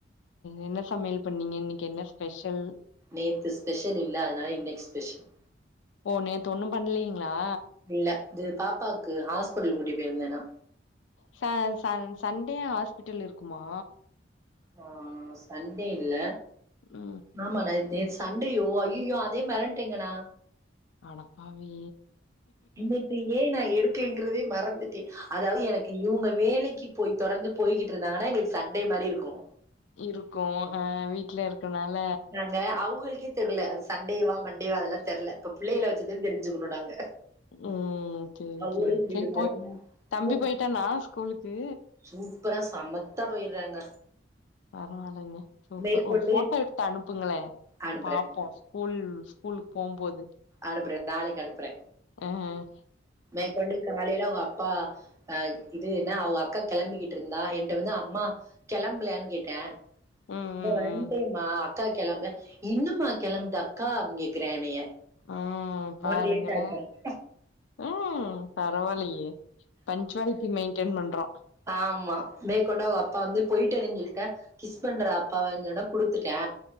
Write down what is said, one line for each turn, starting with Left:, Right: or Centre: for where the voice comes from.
Left: என்ன சமையல் பண்ணீங்க இன்னைக்கு என்ன ஸ்பெஷல்
Right: நேத்து ஸ்பெஷல் இல்ல அதனால இன்னைக்கு ஸ்பெஷல்
Left: ஓ நேத்து ஒண்ணும் பண்ணலீங்களா
Right: இல்ல இது பாப்பாவுக்கு ஹாஸ்பிட்டல் கூட்டி போயிருந்தேனா
Left: ச ச சண்டே ஹாஸ்பிட்டல் இருக்குமா
Right: ஆ சண்டே இல்ல
Left: ம்
Right: ஆமா நா நே சண்டேயோ ஐயோயோ அதே மரட்டேங்க நா
Left: அடப்பாவி
Right: இன்னக்கு ஏ நா எடுக்கலங்கிறதே மறந்துட்டே அதாவது எனக்கு இவங்க வேலைக்கு போய் தொடர்ந்து போய்கிட்டு இருந்தாங்கன்னா எங்ளுக்கு சண்டே மாரி இருக்கு
Left: இருக்கு அ வீட்ல இருக்கனால
Right: அ அவங்களுக்கே தெர்ல அது சண்டேவா மண்டேவா அதெல்லா தெர்ல இப்ப பிள்ளைள வச்சுதா தெரிஞ்சுக்கணு நாங்க
Left: ம் சேரி
Right: அவுங்களே
Left: சேரி
Right: சொல்லிடுங்க
Left: சேரிப்பா
Right: ரொம்ப
Left: தம்பி
Right: ரொம்ப
Left: போய்ட்டானா ஸ்கூலுக்கு
Right: சூப்பரா சமத்தா போய்றாங்க
Left: பரவாயில்லைங்க சூப்பர்
Right: மேற்கொண்டு
Left: ஒரு ஃபோட்டோ எடுத்து அனுப்புங்களே
Right: அனுப்புறேன்
Left: பாப்போ ஸ்கூல் ஸ்கூலுக்கு போம்போது
Right: அனுப்புறே நாளைக்கு அனுப்புறே
Left: ம்
Right: மேற்கொண்டு காலைல அவுங்க அப்பா அ இது என்னா அவங்க அக்கா கெளம்பிக்கிட்டு இருந்தா என்ட்ட வந்து அம்மா கெளம்பலயான்னு கேட்டே
Left: ம்
Right: இதோ
Left: ம்
Right: வன்ட்டே
Left: ம்
Right: மா அக்கா கெளம்ள இன்னும்மா கெளம்து அக்கா அப்டினு கேக்றா என்னைய
Left: ம் பாருங்ளே
Right: அவனுக்கு லேட் ஆச்சா.
Left: ம் பரவால்லையே பன்ச்வாலிட்டி மெயின்டய்ன் பண்றா
Right: ஆமா மேற்கொண்டு அவங்க அப்பா வந்து போயிட்டாருனு சொல்ட்டா கிஸ் பண்றா அப்பாவன்னு‌ சொன்னா குடுத்துட்டா